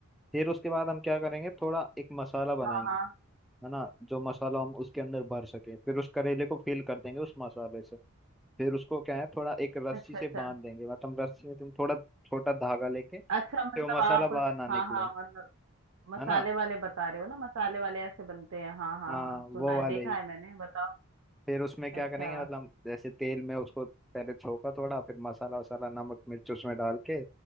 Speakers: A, in the centre; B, on the right (about 60°).
A: फिर उसके बाद हम क्या करेंगे थोड़ा एक मसाला बनाएंगे
B: हाँ हाँ
A: है ना जो मसाला हम उसके अंदर भर सके फिर उस करेले को फिल कर देंगे उस मसाले से फिर उसको क्या है थोड़ा एक रस्सी
B: अच्छा
A: से
B: अच्छा
A: बांध देंगे मतलब रस्सी में तुम थोड़ा छोटा धागा लेके फिर
B: अच्छा मतलब
A: वो मसाला
B: आप
A: बाहर ना निकले
B: हाँ हाँ मतलब मसाले
A: है ना
B: वाले बता रहे हो ना मसाले वाले ऐसे बनते हैं हाँ हाँ
A: हाँ
B: हाँ सुना
A: वो
B: है
A: वाले
B: देखा
A: ही
B: है मैंने बताओ
A: फिर उसमें क्या
B: अच्छा
A: करेंगे मतलब जैसे तेल में उसको पहले छोका थोड़ा फिर मसाला वसाला नमक मिर्च उसमें डाल के